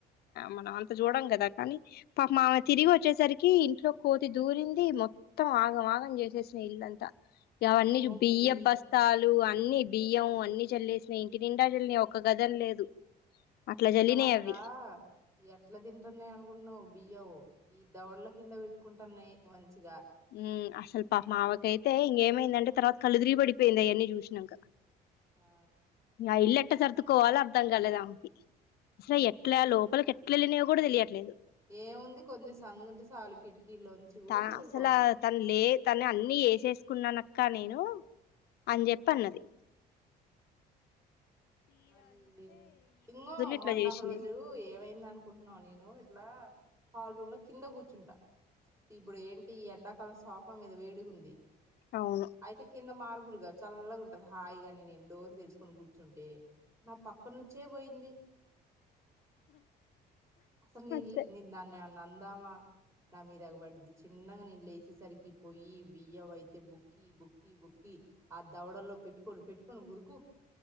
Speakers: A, on the left; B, on the right.
A: మనం అంత చూడం కదా కానీ పాపం ఆమె తిరిగి వచ్చేసరికి కోతి దూరింది మొత్తం ఆగం ఆగం చేసేసినై ఇల్లంతా ఇగ
B: వామ్మో
A: అవన్నీకి బియ్యపూ
B: బి
A: బస్తాలు అన్ని బియ్యం అన్ని చల్లేసినాయి ఇంటి నిండా చల్లినయ్ ఒక్కగది అని లేదు. అట్లా
B: బియ్యం
A: చల్లినాయి
B: అంటా
A: అవి
B: ఎట్లా తింటన్నాయి అనుకుంటున్నావు బియ్యం ఈ దవడల కింద వెట్ కుంటన్నాయి మంచిగా
A: ఊ అసలు పాప మావకైతే ఇంకేమైందంటే తర్వాత కళ్ళు దిరిగి పడిపోయింది అయన్నీ చూసినాక
B: ఆ
A: ఆ ఇల్లు ఎట్ట సర్దుకోవలో అర్థం కాలేదు ఆమెకి అసలెట్లా లోపలికె ఎట్లెల్లినయో గుడా తెలియట్లే
B: ఏముంది కొంచెం సందుంటే సాలు కిటికీళ్ళొంచి గుడా
A: త
B: దూర్
A: అసలా తన్లే తను అన్ని ఎసేస్కున్నానక్క నేను అని జెప్పి అన్నది
B: మరి ఇంగో
A: ఇట్లా
B: మొన్న
A: జేషినయి.
B: ఒక రోజూ ఏమైంద అనుకుట్నవ్ నేను ఇట్లా హల్ రూమ్లో కింద కూర్చుంటా ఇప్పుడు ఏంటి ఎండాకాలం సోఫా మీద వేడిగుంది
A: అవును.
B: ఐతె కింద మార్ కూల్ గా చల్లగుంటది హాయిగా నేన్ డోర్ తెర్చుకొని కూర్చుంటే న పక్క నుంచే పోయింది అసలు నేన్లే
A: అంతే.
B: నేన్ దన్ నందామా నా మీద ఎగబడిద్ది చిన్నగ నేన్ లేసేసరికి పోయి బియ్యం అయితే బుక్కి బుక్కి బుక్కి ఆ దవడల్లో పెట్టుకోని పెట్టుకొని ఉరుకు